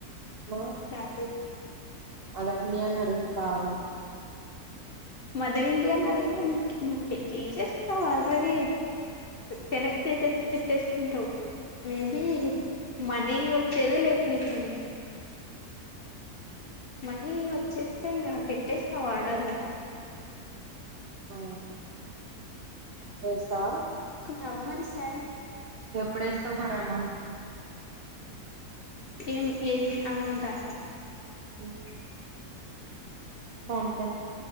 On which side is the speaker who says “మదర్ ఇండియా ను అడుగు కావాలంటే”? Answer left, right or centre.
Right